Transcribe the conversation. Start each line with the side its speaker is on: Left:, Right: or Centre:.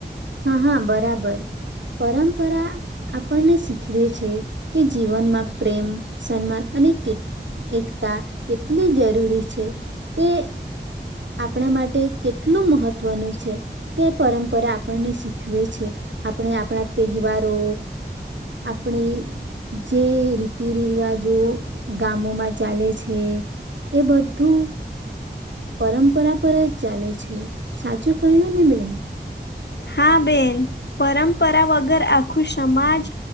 Right: હા હા બરાબર. પરંપરા આપણને શીખવી છે કે જીવનમાં પ્રેમ, સન્માન અને કે કેકતાં કેટલી જરૂરી છે. તે આપણી માટે કેટલું મહત્ત્વનું છે. તે પરંપરા આપણને શીખવે છે. આપણે આપણા તહેવારો આપણી જે રીતિ રિવાજો ગામોમાં ચાલે છે એ બધું પરંપરા પર જ ચાલે છે. સાચું કહ્યું ને બેન?
Left: હા બેન, પરંપરા વગર આખું સમાજ